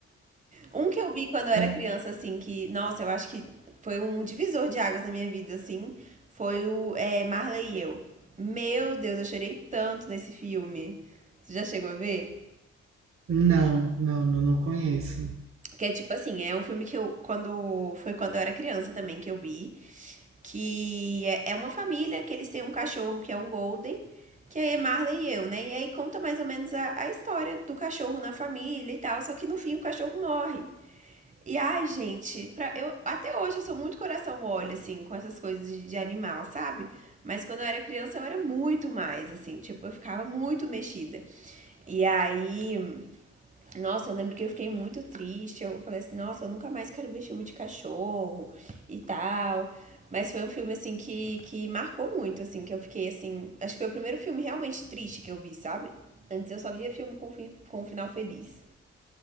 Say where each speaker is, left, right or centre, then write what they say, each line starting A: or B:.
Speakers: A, on the right; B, on the right.
A: Um que eu vi quando eu era
B: Ai,
A: criança, assim, que, nossa, eu acho que foi um divisor de águas na minha vida, assim, foi o é, Marley e Eu. Meu Deus, eu chorei tanto nesse filme. Você já chegou a ver?
B: Não, não, não, não conheço.
A: Que é tipo assim, é um filme que eu, quando, foi quando eu era criança também que eu vi, que é, é uma família que eles têm um cachorro que é um Golden, que aí é Marley e Eu, né? E aí conta mais ou menos a, a história do cachorro na família e tal, só que no fim o cachorro morre. E ai, gente, pra, eu, até hoje eu sou muito coração mole, assim, com essas coisas de, de animal, sabe? Mas quando eu era criança eu era muito mais, assim, tipo, eu ficava muito mexida. E aí, nossa, eu lembro que eu fiquei muito triste. Eu falei assim, nossa, eu nunca mais quero ver filme de cachorro e tal. Mas foi um filme, assim, que, que marcou muito, assim, que eu fiquei, assim. Acho que foi o primeiro filme realmente triste que eu vi, sabe? Antes eu só via filme com, fi- com um final feliz.